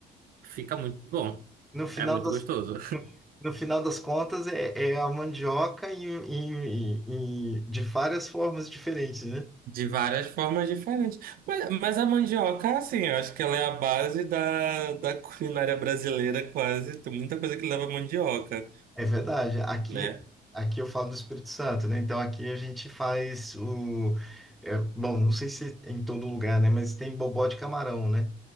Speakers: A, on the right (about 60°); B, in the centre.
A: Fica muito bom.
B: no final
A: É muito
B: das,
A: gostoso.
B: no, no final das contas é, é a mandioca em, em, em- em- de várias formas diferentes, né?
A: De várias formas diferentes. Mas, mas a mandioca, assim, eu acho que ela é a base da, da culinária brasileira, quase. Tem muita coisa que leva mandioca,
B: É verdade. Aqui,
A: né?
B: aqui eu falo do Espírito Santo, né? Então aqui a gente faz o. é, bom, não sei se em todo lugar, né? Mas tem bobó de camarão, né?